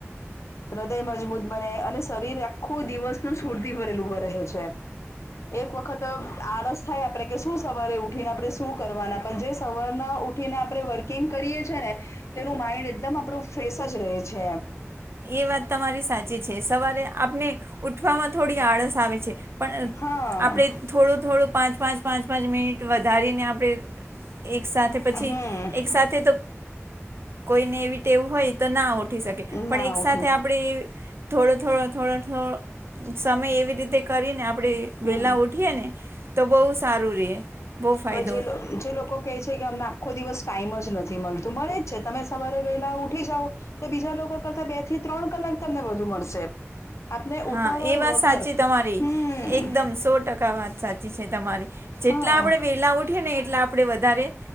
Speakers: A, on the left (about 75°); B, on the right (about 55°).
A: હૃદય મજબૂત બને અને શરીર આખું દિવસનું સ્ફૂર્તિ ભરેલુ ઉભો રહે છે. એક વખત આળસ થાય આપણે, કે શું સવારે ઉઠીને, આપણે શું કરવાના પણ જે સવારના ઉ ઠીને આપણે વર્કિંગ કરીએ છીએ ને તેનું માઇન્ડ એકદમ આપણું ફ્રેશ જ રહે છે.
B: એ વાત તમારી સાચી છે. સવારે આપને ઉઠવામાં થોડી આળસ આવે છે. પણ
A: હા
B: આપણે થોડું થોડું, પાંચ પાંચ પાંચ પાંચ મિનિટ વધારીને આપણે એક સાથે
A: હમ
B: પછી, એક સાથે તો કોઈને એવી ટેવ હોય તો ના ઉઠી શકે. પણ
A: ના
B: એક
A: ઉઠી
B: સાથે આપણે થોડો થોડો થોડો થોડો થો સમય એવી રીતે કરીને આપણે
A: હમ
B: વેહલાં ઉઠીએ ને તો બહુ સારું રહે. બહુ ફાયદો
A: હવે જે જે લોકો કેહે છે કે અમને આખો દિવસ ટાઈમ જ નથી મળતો. મળે જ છે તમે સવારે વેલા ઉઠી જાઓ. તો બીજા લોકો કરતા બે થી ત્રણ કલાક તમને વધુ મળશે. આપને
B: હા
A: ઉતાવર
B: એ વાત
A: વગર.
B: સાચી તમારી
A: હ.
B: એકદમ સો ટકા વાત સાચી છે તમારી જેટલા
A: હા
B: આપણે વેલા ઉઠીએ ને એટલા આપડે વધારે.